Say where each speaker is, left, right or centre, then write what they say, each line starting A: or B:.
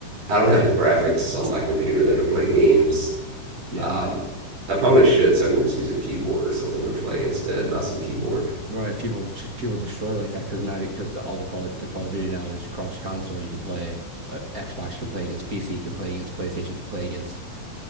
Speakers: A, on the right; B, on the right.
A: I don't have
B: what
A: the
B: I
A: graphics
B: mean?
A: on my computer
B: <laughs>
A: though to play games.
B: Yeah,
A: Um,
B: mine
A: I probably should, so I can just use a keyboard or something to play instead, mouse and keyboard.
B: Right, people people destroy like that because now because all the Call the Call of Duty now is cross console. You can play uh, Xbox can play against PC, can play against PlayStation, can play against